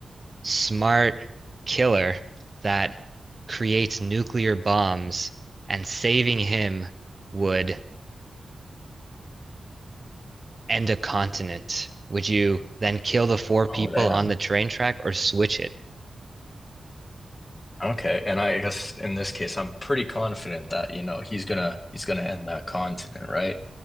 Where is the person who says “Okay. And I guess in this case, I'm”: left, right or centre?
Left